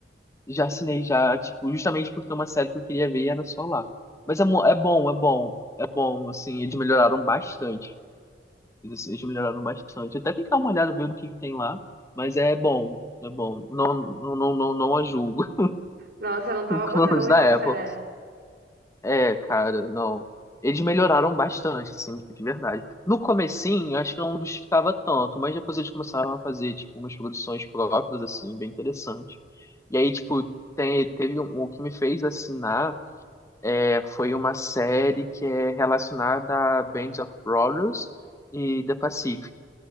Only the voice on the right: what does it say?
Nossa, eu não tava botando
muita
fé.